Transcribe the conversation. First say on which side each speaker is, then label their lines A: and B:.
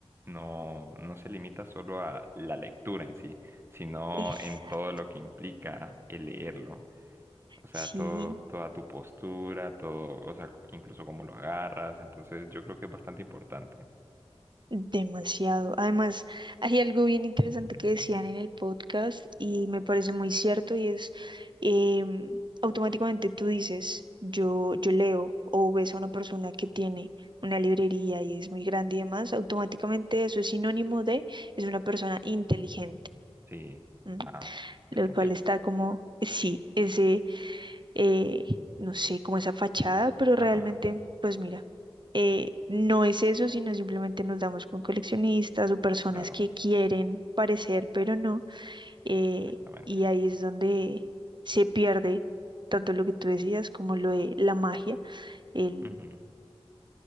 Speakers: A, on the right (about 25°); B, on the right (about 50°).
A: no, no se limita solo a la lectura en sí, sino
B: esa,
A: en todo lo que implica el leerlo. O sea,
B: sí,
A: todo, toda tu postura, todo, o sea, incluso cómo lo agarras. Entonces, yo creo que es bastante importante.
B: demasiado. Además, hay algo bien interesante que decían en el podcast y me parece muy cierto y es, em, automáticamente tú dices, yo, yo leo o ves a una persona que tiene una librería y es muy grande y demás, automáticamente eso es sinónimo de es una persona inteligente
A: Sí,
B: ¿m?
A: ah, definitivamente.
B: Lo cual está como, sí, ese, eh, no sé, como esa fachada, pero realmente,
A: Ajá,
B: pues mira, eh, no es eso, sino simplemente nos damos con coleccionistas o personas
A: claro,
B: que quieren parecer, pero no, eh,
A: exactamente.
B: y ahí es donde se pierde tanto lo que tú decías como lo de la magia, el,
A: Ujú.